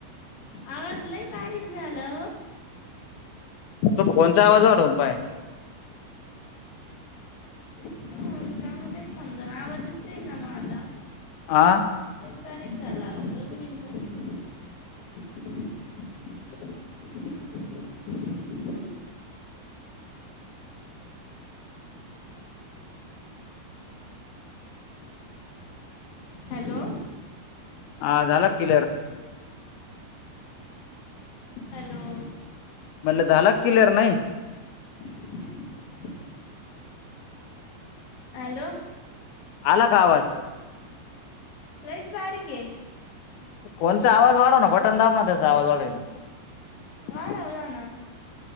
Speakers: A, on the left; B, on the left.
A: आवाज लय बारीक झाला.
B: तो फोनचा आवाज वाढव काय.
A: का काय समज ना आवाजच ना मला.
B: आह
A: क झाला दोन मिनिट <unintelligible> हॅलो!
B: हा झाला क्लिअर.
A: हॅलो!
B: म्हणलं झाला क्लिअर नई.
A: <unintelligible> हॅलो!
B: आला का आवाज.
A: लईच बाारीक के.
B: कोणचा आवाज वाढो ना बटन दाब ना त्याचा आवाज वाढेचे
A: वाढवला ना